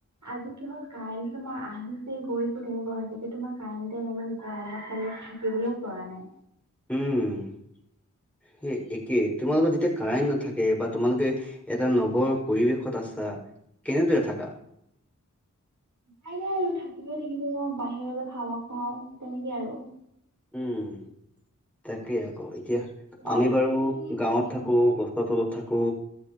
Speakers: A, on the right; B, in the centre.
A: আজি কি হ'ল কাৰেণ্ট তোমাৰ আহিছে গৈছে তেনেকুৱা হৈছে যে তোমাৰ কাৰেণ্টে ইমান। গৰমত মানে থাকিবলৈও পৰা নাই।
B: উম একেই তোমালোকৰ যেতিয়া কাৰেণ্ট নাথাকে বা তোমালোকে। এটা নগৰৰ পৰিৱেশত আছা কেনেদৰে থাককা।
A: তাই নাই আৰু থাকিবই লাগিব অ বাহিৰলৈ ভাব খাওঁ তেনেকে আৰু।
B: উম তাকেই আকৌ এতিয়া
A: তোমাৰ
B: আমি
A: লোকৰ
B: বাৰু
A: ফালেতো এনে
B: গাঁৱত
A: ভালেই
B: থাকো
A: নহয়।
B: গ। তলত থাকো